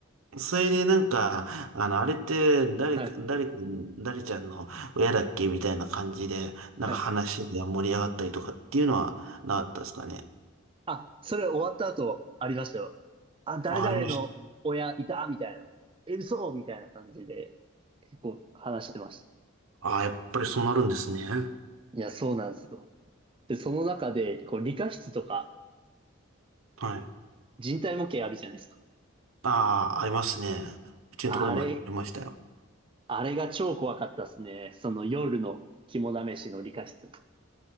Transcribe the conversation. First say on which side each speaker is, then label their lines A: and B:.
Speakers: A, on the right; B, on the right.
A: それでなんか、あの、あれって誰か、
B: はい。
A: 誰か、誰ちゃんの親だっけみたいな感じで、なんか話が盛り上がったりとかっていうのはなかったですかね。
B: はい。あ、それ終わった後、ありましたよ。あ、誰々の親いたみたいな。
A: あ、ありました。
B: え、嘘みたいな感じで、結構話してました。
A: あ、やっぱりそうなるんですね。
B: いや、そうなんですよ。で、その中で、こう、理科室とか、
A: はい。
B: 人体模型あるじゃないですか。
A: ああ、ありますね。うちのところにもありましたよ。
B: あれ、あれが超怖かったですね。その夜の肝試しの理科室。